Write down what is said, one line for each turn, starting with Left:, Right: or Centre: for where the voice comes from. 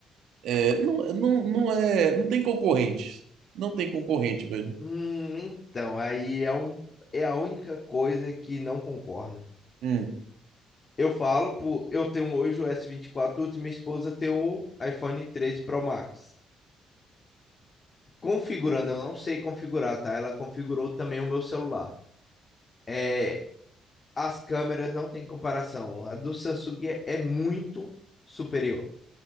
Right: É, não, não, não é. Não tem concorrente. Não tem concorrente, velho.
Left: Hum, então, aí é um, é a única coisa que não concordo.
Right: Hum.
Left: Eu falo, pô, eu tenho hoje o S24 vinte e quatro Ultra e minha esposa tem o iPhone treze Pro Max. Configurando, eu não sei configurar, tá? Ela configurou também o meu celular. É, as câmeras não tem comparação. A do Samsung é, é muito superior.